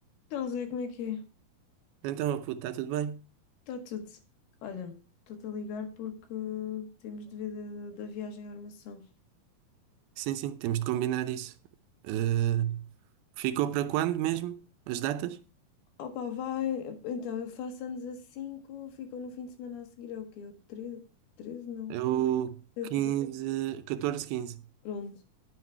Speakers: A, on the left; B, on the right.
A: Então, Zé, como é que é?
B: Então, oh, puto, está tudo bem?
A: Está tudo. Olha, estou-te a ligar porque temos de ver da, da viagem à armação.
B: Sim, sim, temos de combinar isso. Eh, ficou para quando mesmo? As datas?
A: Opa, vai. Então, eu faço anos a 5. ficou no fim de semana a seguir, é o quê? É o 13? 13? Não,
B: É o
A: é
B: 15,
A: 13.
B: 14, 15.
A: Pronto.